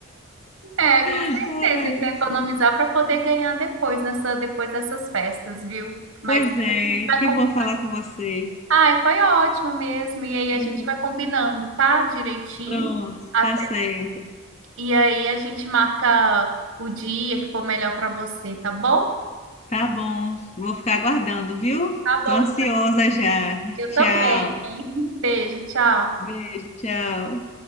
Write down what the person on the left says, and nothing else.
Ai,
pois
é,
que
vou falar com você.
É,
Pronto,
tá certo.
Tá bom. Vou ficar aguardando, viu?
Tô ansiosa já.
Tchau.
Beijo, tchau.